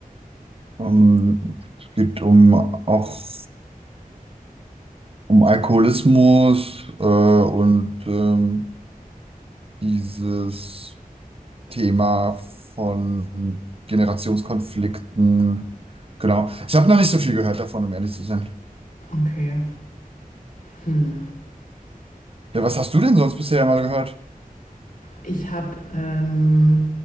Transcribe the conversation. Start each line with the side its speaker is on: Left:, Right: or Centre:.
Right: Ähm, es geht um auch um Alkoholismus äh, und ähm, dieses Thema von Generationskonflikten. Genau. Ich habe noch nicht so viel gehört davon, um ehrlich zu sein.
Left: Okay. Hm.
Right: Ja, was hast du denn sonst bisher mal gehört?
Left: Ich habe, ähm,